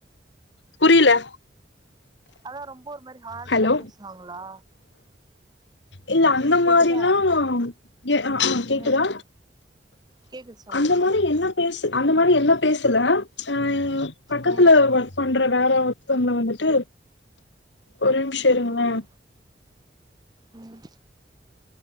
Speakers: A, on the left; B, on the right.
A: புரில
B: அதா ரொம்ப ஒரு மாரி ஹார்ஷா
A: ஹலோ
B: பேசுனாங்களா
A: இல்ல அந்த
B: கேக்குதா
A: மாரிலா ஏ ஹ ஹ கேக்குதா
B: ம் கேக்குது சொல்லுங்க
A: அந்த மாரி என்ன பேசு அந்த மாரி என்ன பேசல ஆ யு பக்கத்துல
B: ம்
A: வ பண்ற வேற ஒருத்தவுங்கள வந்துட்டு ஒரு நிமிஷோ இருங்களே
B: ம் ம்